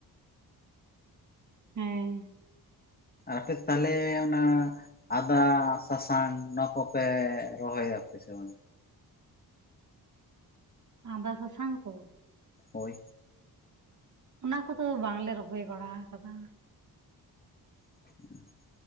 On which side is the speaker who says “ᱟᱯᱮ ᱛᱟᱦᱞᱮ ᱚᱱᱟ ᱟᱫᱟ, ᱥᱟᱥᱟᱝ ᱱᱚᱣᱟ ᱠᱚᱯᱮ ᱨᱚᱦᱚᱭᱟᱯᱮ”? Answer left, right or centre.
Left